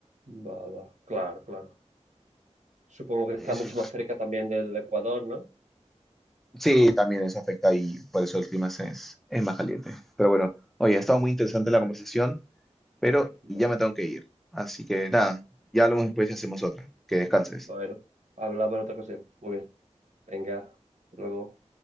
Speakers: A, on the right (about 80°); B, in the centre.
A: va, va. Claro, claro. Supongo que
B: Sí,
A: está
B: sí.
A: mucho más cerca también del Ecuador, ¿no?
B: Sí, también eso afecta y por eso el clima se- es, es más caliente. Pero bueno, oye, ha estado muy interesante la conversación, pero
A: Bueno.
B: ya me tengo que ir. Así que nada, ya hablamos después y hacemos otra. Que descanses.
A: Bueno, hablamos en otra ocasión. Muy bien. Venga, hasta luego.